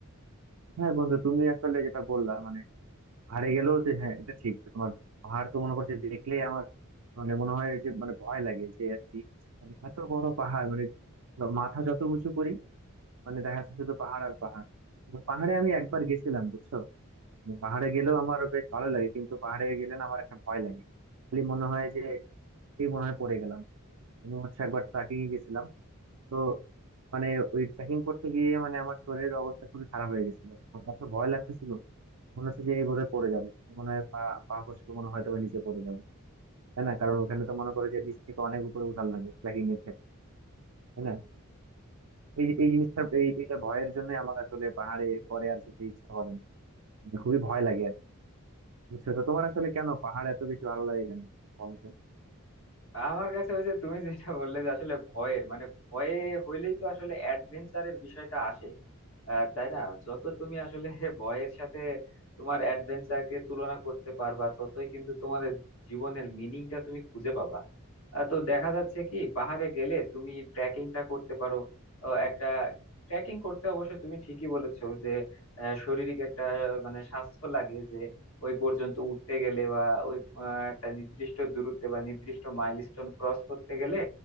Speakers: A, on the right (about 70°); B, on the left (about 75°).
A: হ্যাঁ বন্ধু তুমি আসলে যেটা বললা মানে হারে গেলেও যে হ্যাঁ এটা ঠিক যে তোমার পাহাড় তো মনে করছে দেখলে আমার মানে মনে হয় যে মানে ভয় লাগে যে আর কি মানে এত বড় পাহাড় মানে মাথা যত উঁচু করি মানে দেখা যাচ্ছে শুধু পাহাড় আর পাহাড় তো পাহাড়ে আমি একবার গেছিলাম বুঝছো মানে পাহাড়ে গেলেও আমার বেশ ভালো লাগে কিন্তু পাহাড়ে গেলে না আমার একটা ভয় লাগে খালি মনে হয় যে এই মনে হয় পড়ে গেলাম আমি হচ্ছে একবার ট্রেকিং এ গেছিলাম তো মানে ওই ট্রেকিং করতে গিয়ে মানে আমার শরীরের অবস্থা খুবই খারাপ হয়ে গেছিল আমার এত ভয় লাগতেছিল মনে হচ্ছে যে এই বোধহয় পড়ে যাবে মনে হয় পা পা খসলে মনে হয় তবে নিচে পড়ে যাবে তাই না কারণ ওখানে তো মনে করে যে নিচ থেকে অনেক উপরে উঠান লাগে ট্রেকিং এর ক্ষেত্রে তাই না এই এই জিনিসটা এই এটা ভয়ের জন্য আমার আসলে পাহাড়ে পরে আর যেতে ইচ্ছা করে না মানে খুবই ভয় লাগে আর কি। বুঝছো তো তোমার আসলে কেন পাহাড় এত বেশি ভালো লাগে কেন বলো তো?
B: আমার কাছে ওই যে তুমি যেটা বললে যে আসলে ভয়ের মানে ভয়ে হইলেই তো আসলে অ্যাডভেঞ্চারের বিষয়টা আসে আহ, তাই না যত তুমি আসলে <laughs> ভয়ের সাথে তোমার অ্যাডভেঞ্চারকে তুলনা করতে পারবা ততই কিন্তু তোমাদের জীবনের মিনিংটা তুমি খুঁজে পাবা আহ, তো দেখা যাচ্ছে কি পাহাড়ে গেলে তুমি ট্রেকিংটা করতে পারো ও একটা ট্রেকিং করতে অবশ্য তুমি ঠিকই বলেছো যে আহ, শারীরিক একটা মানে স্বাস্থ্য লাগে যে ওই পর্যন্ত উঠতে গেলে বা ওই আহ, একটা নির্দিষ্ট দূরত্বে বা নির্দিষ্ট মাইলস্টোন ক্রস করতে গেলে